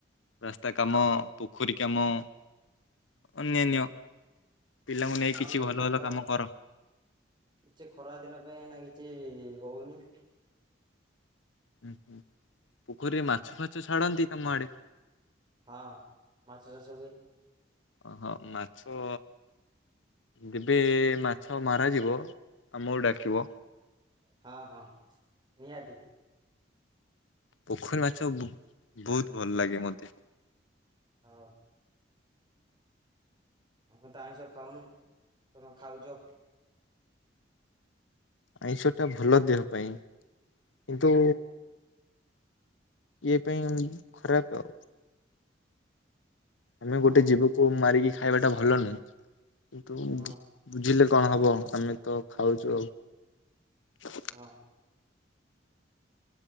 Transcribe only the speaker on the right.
ନାଇଁ
ନା
ଖରା
କିଛି ଖରା ଦିନ ପାଇଁ ଅଇନା କିଛି ହଉନି।
ହଁ ମାଛ ଚାଷ ହୁଏ।
ହଁ ହଁ ନିହାତି।
<unintelligible> ଆମେ ତ ଆଇଁଷ ଖାଉନୁ ତମେ ଖାଉଛ।
ହଁ
ହଁ
ହଁ